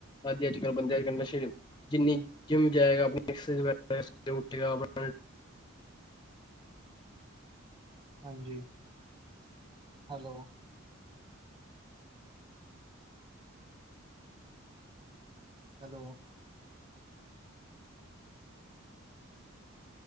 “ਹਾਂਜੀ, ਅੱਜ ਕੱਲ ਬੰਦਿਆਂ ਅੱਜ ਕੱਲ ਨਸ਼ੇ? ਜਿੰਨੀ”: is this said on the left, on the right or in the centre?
Left